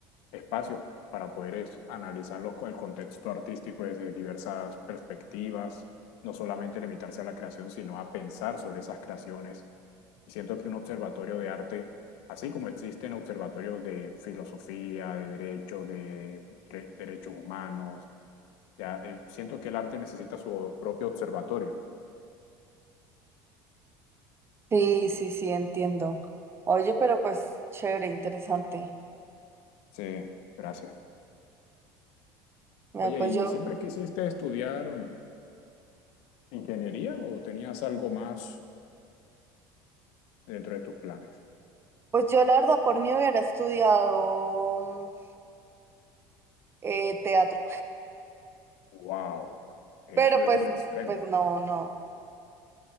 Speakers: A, on the left; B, on the right.
A: espacios para poder es- analizar los- el contexto artístico desde diversas perspectivas, no solamente limitarse a la creación, sino a pensar sobre esas creaciones, y siento que un observatorio de arte, así como existen observatorios de filosofía, de derecho, de re- derechos humanos, ya, eh, siento que el arte necesita su propio observatorio.
B: Sí, sí, sí, entiendo. Oye, pero pues chévere, interesante.
A: Sí, gracias.
B: Mira,
A: Oye,
B: pues
A: ¿y
B: yo,
A: siempre quisiste estudiar ingeniería o tenías algo más dentro de tus planes?
B: pues yo la verdad por mí hubiera estudiado mm, eh, teatro,
A: Wow,
B: <laughs>
A: eso
B: pero pues,
A: es un extremo.
B: pues no, no,